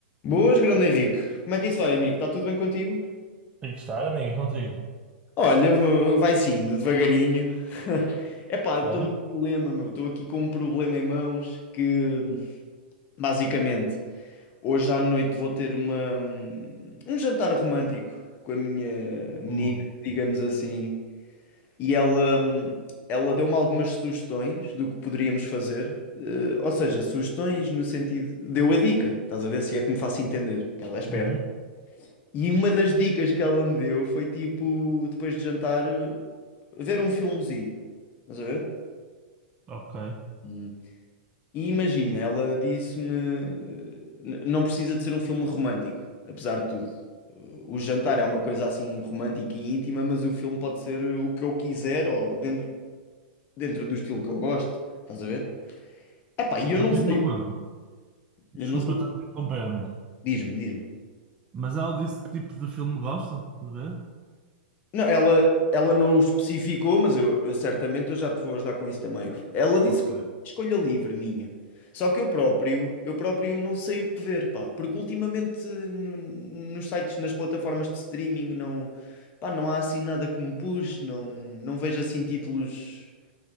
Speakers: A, on the left; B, on the right.
A: Boas, grande Henrique. Como é que isso vai, amigo? Está tudo bem contigo?
B: Tem que estar, amigo, contigo.
A: Olha, v- vai sim, devagarinho. <laughs> Epá, estou
B: É?
A: num problema, meu. Estou aqui com um problema em mãos que, basicamente, hoje à noite vou ter uma, um jantar romântico com a minha menina,
B: Ui.
A: digamos assim. E ela, ela deu-me algumas sugestões do que poderíamos fazer. Eh, ou seja, sugestões no sentido... Deu a dica, estás a ver? Se é que me faço entender, que ela é esperta.
B: Uhum.
A: E uma das dicas que ela me deu foi tipo, depois de jantar, ver um filmezinho. Estás a ver?
B: Ok.
A: Hum. E imagina, ela disse-me, "N- não precisa de ser um filme romântico, apesar de tudo. O jantar é uma coisa assim romântica e íntima, mas o filme pode ser o que eu quiser ou dentro, dentro do estilo que eu gosto. Estás a ver? Epá, e eu
B: Mas
A: não
B: diz-me
A: sei,
B: uma coisa.
A: eu
B: Desculpa
A: não sei.
B: estar a te interromper, amigo.
A: Diz-me, diz-me.
B: Mas ela disse que tipo de filme gosta de ver?
A: Não, ela, ela não o especificou, mas eu, eu certamente eu já te vou ajudar com isso também. Ela disse
B: Ok.
A: que é uma escolha livre minha. Só que eu próprio, eu próprio não sei o que ver, pá, porque ultimamente n- nos sites, nas plataformas de streaming não, pá, não há assim nada que me puxe, não, não vejo assim títulos